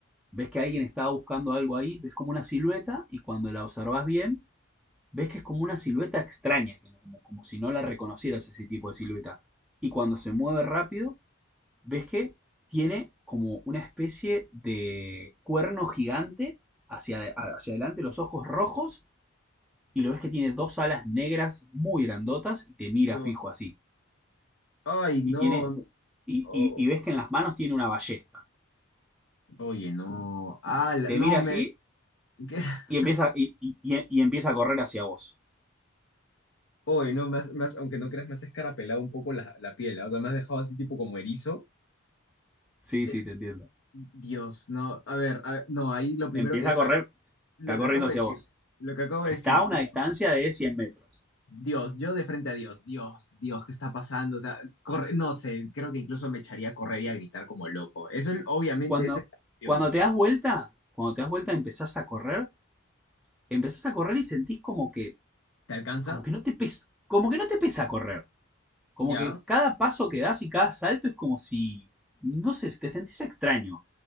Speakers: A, in the centre; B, on the left.
A: ves que alguien estaba buscando algo ahí, ves como una silueta y cuando la observás bien, ves que es como una silueta extraña, que no- como, como si no la reconocieras ese tipo de silueta. Y cuando se mueve rápido, ves que tiene como una especie de cuerno gigante hacia, hacia adelante, los ojos rojos y lo ves que tiene dos alas negras muy grandotas y te mira
B: Dios.
A: fijo así.
B: Ay, no.
A: Y tiene. Y,
B: Oh,
A: y- y ves que en las manos tiene una ballesta.
B: oye, no. Ah, la-
A: Te
B: no,
A: mira
B: me.
A: así
B: ¿qué? <laughs>
A: y empieza, y, y- y- empieza a correr hacia vos.
B: Oye, no, me has- me has- aunque no creas, me has escarapelado un poco la, la piel. ¿ah? O sea, me has dejado así tipo como erizo.
A: Sí,
B: Eh,
A: sí, te entiendo.
B: Dios, no. A ver, a ver, no, ahí lo primero
A: Empieza
B: que.
A: a correr,
B: ah, lo
A: está corriendo
B: que acabo
A: hacia
B: de decir.
A: vos.
B: Lo que acabo
A: Está
B: de decir,
A: a una
B: Dios.
A: distancia de 100 metros.
B: Dios, yo de frente a Dios. Dios, Dios, ¿qué está pasando? O sea, corre, no sé, creo que incluso me echaría a correr y a gritar como loco. Eso es- obviamente
A: Cuando,
B: es exageración.
A: cuando te das vuelta, cuando te das vuelta empezás a correr, empezás a correr y sentís como que,
B: ¿Te alcanza?
A: como que no te pesa, como que no te pesa correr. Como
B: Ya.
A: que cada paso que das y cada salto es como si, no sé, te sentís extraño.